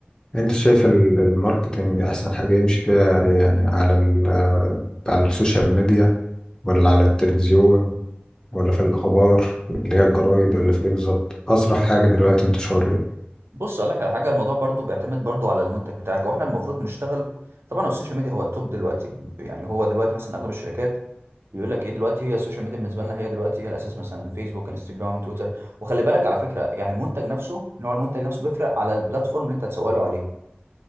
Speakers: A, on the left; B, on the right.
A: انت شايف ال- الماركتنج احسن حاجة يمشي فيها يعني على ال... آه، على السوشيال ميديا ولا على التلفزيون ولا في الأخبار اللي هي الجرايد ولا في إيه بالظبط أسرع حاجة دلوقتي انتشار إيه
B: بص اقول لك على حاجه الموضوع برضو بيعتمد برضو على المنتج بتاعك واحنا المفروض بنشتغل طبعا هو السوشيال ميديا هو التوب دلوقتي يعني هو دلوقتي مثلا اغلب الشركات بيقول لك ايه دلوقتي هي السوشيال ميديا بالنسبه لنا هي دلوقتي هي الاساس مثلا فيسبوك انستجرام تويتر وخلي بالك على فكره يعني المنتج نفسه نوع المنتج نفسه بيفرق على البلاتفورم اللي انت هتسوق له عليه